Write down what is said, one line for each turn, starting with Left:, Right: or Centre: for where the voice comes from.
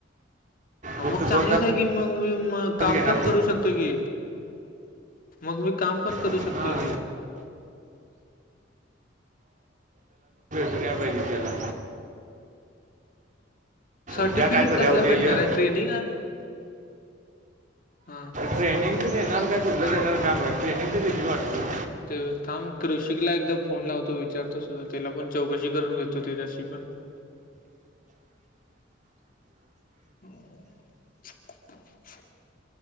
Left: मग
Right: फक्त
Left: चांगलंच
Right: दोन
Left: आहे की मग, मी
Right: तास
Left: काम
Right: घेणार
Left: पण करू शकतो की मग मी काम पण करू
Right: हां
Left: शकतोय की,
Right: काय पाहिजे त्याला
Left: सर्टिफिकेट
Right: उद्या काय करूया
Left: कसला
Right: उद्या
Left: भेटणार
Right: ये
Left: आहे, ट्रेनिंग आहे हां,
Right: ट्रेनिंग तर देणार का कुठलं
Left: थांब
Right: देणार काय ट्रेनिंग तर किथ वाटतो.
Left: ते थांब कृषिकला एकदा फोन लावतो विचारतो सुद त्याला पण चौकशी करून घेतो त्याच्याशी पण हो